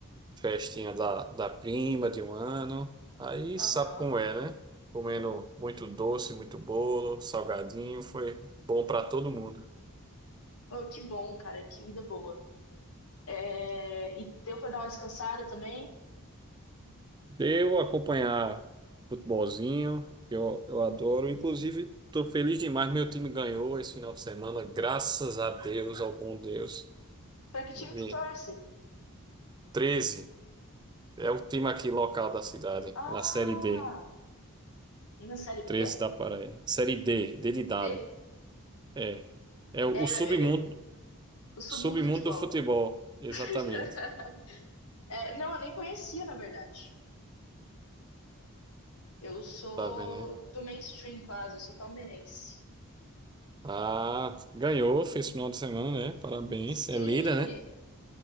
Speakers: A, on the right (about 20°); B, on the left (about 85°).
A: festinha da, da prima de um ano. Aí
B: Aham.
A: sabe como é, né? Comendo muito doce, muito bolo, salgadinho, foi bom pra todo mundo.
B: Pô, que bom, cara, que vida boa. É, E deu pra dar uma descansada também?
A: Deu acompanhar futebolzinho, que eu, eu adoro. Inclusive, estou feliz demais, meu time ganhou esse final de semana, graças a Deus, ao bom Deus.
B: Pra que time
A: Vi
B: tu torce?
A: treze. É o time aqui local da cidade,
B: Ah,
A: na Série D,
B: na série
A: 13
B: B?
A: da Paraíba. Série D, D de dado.
B: D?
A: É. É o,
B: É,
A: o submundo,
B: eu- eu- eu- o submundo
A: submundo
B: do futebol.
A: do futebol, exatamente.
B: <laughs> É, não, eu nem conhecia, na verdade. Eu sou
A: Tá vendo, né?
B: do mainstream quase, eu sou palmeirense.
A: Ah, ganhou, fez final de semana, né? Parabéns.
B: Sim,
A: É líder, né?